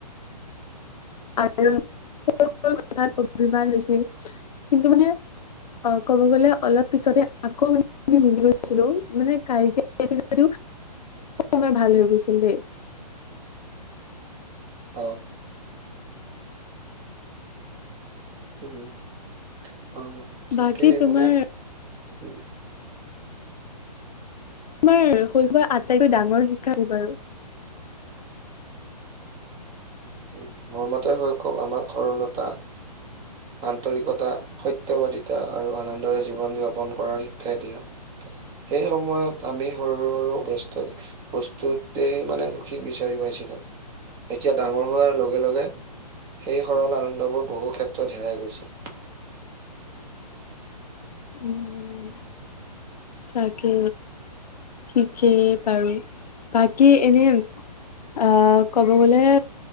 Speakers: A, on the left (about 70°); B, on the right (about 20°).
A: আৰু সৰু সৰু কথাত অভিমানমান হৈছিল কিন্তু মানে। অ ক'ব গ'লে অলপ পিছতে আকৌ ম। আমি মিলি গৈছিলো মানে কিয়া যদিও আমাৰ ভাল হৈ গৈছিল দেই।
B: অ। উম অ ঠিকেই
A: বাকী তোমাৰ
B: মানে উম।
A: তোমাৰ শৈশৱৰ আটাইতকৈ ডাঙৰ শিক্ষা কিবাৰু।
B: উ মোৰ মতে হৈ কওক আমাৰ সৰলতা। আন্তৰিকতা সত বাদিতা আৰু আনন্দৰে জীৱন যাপন কৰাৰ শিক্ষাই দিয়া। সেই সময়ত আমি সৰু সৰু বেস্ত। বস্তুতেই মানে সুখী বিচাৰি পাইছিলো এতিয়া ডাঙৰ হোৱাৰ লগে লগে। সেই সৰল আনন্দবোৰ বহু ক্ষেত্ৰত হেৰাই গৈছিল।
A: উম উম। তাকে ঠিকেই বাৰু বাকী এনে। আহ ক'ব গ'লে